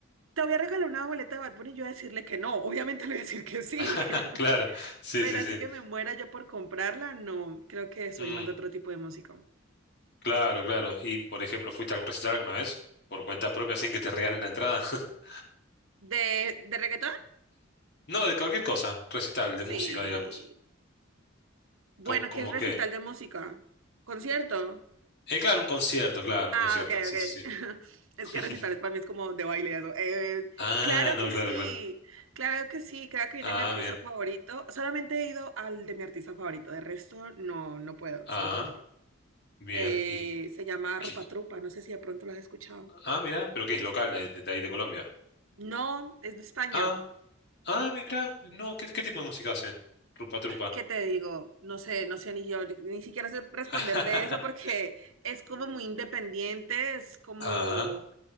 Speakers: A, on the right; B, on the left.
A: te voy a regalar una boleta de Bad Bunny, y yo voy a decirle que no, obviamente le voy a decir que sí.
B: <laughs>
A: <laughs>
B: claro, sí,
A: Pero
B: sí,
A: así
B: sí.
A: que me muera yo por comprarla, no, creo que soy
B: Mm,
A: más de otro tipo de música.
B: claro, claro. Y por ejemplo, ¿fuiste a algún recital alguna vez? Por cuenta propia, sin que te regalen la entrada. <laughs>
A: ¿De, de reggaetón?
B: No, de cualquier cosa, recital,
A: Sí.
B: de música, digamos.
A: Bueno,
B: ¿Cómo, cómo
A: ¿qué es recital
B: qué?
A: de música? ¿Concierto?
B: Eh, claro, un concierto, claro, un
A: Ah,
B: concierto.
A: ok,
B: Sí,
A: ok.
B: sí,
A: <laughs> Es que
B: sí.
A: recitales para mí es como de baile y eso. Eh,
B: <laughs> Ah,
A: claro
B: no,
A: que
B: claro,
A: sí,
B: claro.
A: claro que sí, claro que viene
B: Ah,
A: mi artista
B: bien.
A: favorito. Solamente he ido al de mi artista favorito, de resto no, no puedo,
B: ah
A: siento que no puedo.
B: Bien,
A: Eh,
B: y
A: se llama
B: qué-
A: Rupa Trupa, no sé si de pronto lo has escuchado.
B: ah, mira, pero que es local de, de ahí de Colombia.
A: No, es de España.
B: Ah, ah, mira, no, ¿qué, qué tipo de música hace? Rupa Trupa.
A: ¿Qué te digo? No sé, no sé, ni yo ni siquiera sé responderte
B: <laughs>
A: eso porque es como muy independiente, es como,
B: Ah,